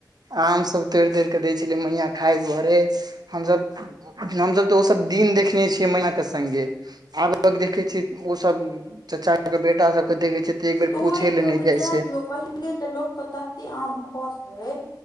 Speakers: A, on the right; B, on the left.
A: आम सब तोरि-तोरि कऽ दै छलै मैया खाय दुआरे हमसभ हमसब तऽ ओ सब दिन देखने छियै मैंया के संगे आब कऽ देखै छै ओ सब चच्चा कऽ बेटा सब कऽ देखेै छिये तऽ एक बेर
B: तोइड़
A: पूछे ले
B: कऽ
A: नहि
B: तऽ
A: जाइ
B: जाय दियौ पहिले तऽ लोकके तत्ते आम खसै